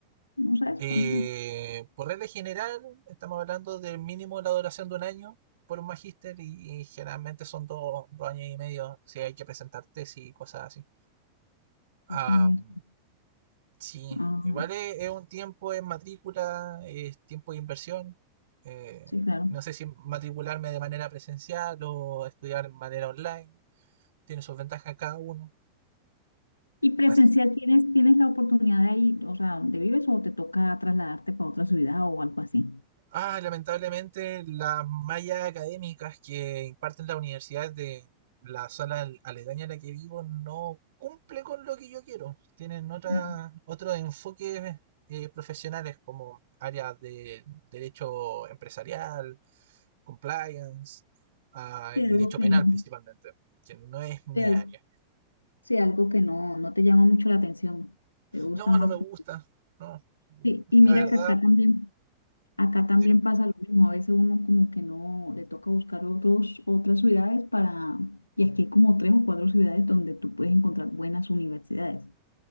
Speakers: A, on the left; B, on the right.
A: ¿No sabes
B: Eh,
A: cuánto?
B: por regla general, estamos hablando del mínimo la duración de un año por un magíster y, y generalmente son dos, dos años y medio si hay que presentar tesis y cosas así. Am,
A: Dos años.
B: Sí,
A: Ah,
B: igual es, es un tiempo en matrícula, es tiempo de inversión. eh,
A: sí, claro.
B: no sé si matricularme de manera presencial o estudiar de manera online. Tiene sus ventajas cada uno.
A: ¿Y presencial
B: Así.
A: tienes, tienes la oportunidad de ahí, o sea, donde vives o te toca trasladarte para otra ciudad o algo así?
B: Ah, lamentablemente las mallas académicas que imparten las universidades de la zona al- aledaña a la que vivo no cumple con lo que yo quiero. Tienen otra,
A: No,
B: otros enfoques eh, profesionales como áreas de derecho empresarial compliance uh,
A: sí,
B: y
A: algo
B: derecho
A: que
B: penal
A: no,
B: principalmente, que no es mi
A: sí, algo,
B: área.
A: sí, algo que no, no te llama mucho la atención, te gusta
B: No,
A: más.
B: no me gusta,
A: como-
B: no.
A: Sí, y
B: La
A: mira
B: verdad,
A: que acá también, acá también
B: dime.
A: pasa lo mismo, a veces uno como que no, le toca buscar otros, otras ciudades para, y aquí hay como tres o cuatro ciudades donde tú puedes encontrar buenas universidades,